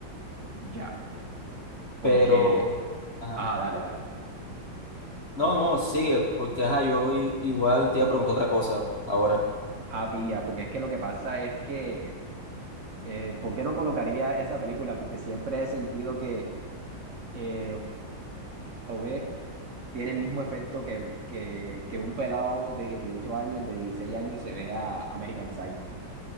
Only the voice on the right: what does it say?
ya, porque,
ah, dale, dale.
Ah, pilla, porque es que lo que pasa es que Eh, ¿por qué no colocaría esa película? Porque siempre he sentido que eh, ve tiene el mismo efecto que, que, que un pelado de 18 años, de 16 años, se ve a American Psycho.